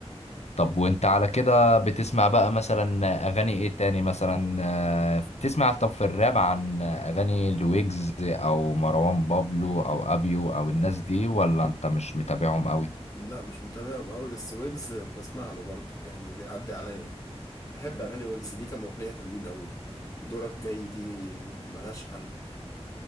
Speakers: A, on the left; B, on the left.
A: طب وأنت على كده بتسمع بقى مثلا أغاني إيه تاني مثلا آه، بتسمع طب في الراب عن أغاني لويجز أو مروان بابلو أو أبيو أو الناس دي ولا أنت مش متابعهم أوي؟
B: لا مش متابعهم أوي بس ويجز بسمع له برضو يعني بيعدي عليا بحب أغاني ويجز ليه كام أغنية حلوين أوي دورك جاي دي ملهاش حل